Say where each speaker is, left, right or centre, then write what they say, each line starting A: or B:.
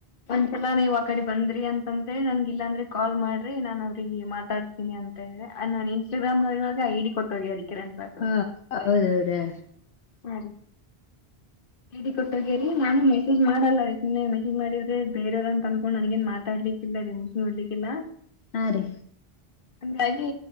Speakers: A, on the left; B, on the left.
A: ಒಂದ ಸಲ ನೀವ್ ಆ ಕಡೆ ಬಂದ್ರಿ ಅಂತಂದ್ರೆ ನನ್ ಇಲ್ಲಾಂದ್ರೆ ಕಾಲ್ ಮಾಡ್ರಿ ನಾನ್ ಅವ್ರಿಗೆ ಮಾತಾಡ್ ತಿನಿ ಅಂತಿ ನು ಇನ್ಸ್ಟಾಗ್ರಾಮ್ಳ ಒಳಗೆ ಡಿ ಕೊಟ್ಟೋಗ್ಯಾರಿ ಕಿರಣ ಸರ್
B: ಹಾ ಹೌದೌದಾ ಹೇಳ್ರಿ
A: ಹಾ ರೀ ಐಡಿ ಕೊಟ್ಟೋಗೇರಿ ನಾನು ಮೆಸೇಜ್ ಮಾಡಲ್ಲ ರ ಇನ್ನೆ ಮೆಸೇಜ್ ಮಾಡಿದ್ರೆ ಬೇರೆಯವ್ರ ಅಂತ ಅನ್ಕೊಂಡು ನನ್ಗೇನ್ ಮಾತಾಡ್ಲಿಕ್ಕಿಲ್ಲ ರದೆ ಮ ಮುಸ ನೋಡ್ಲಿಕ್ಕಿಲ್ಲ
B: ಹಾಂ ರೀ
A: ಹಂಗಾಗಿ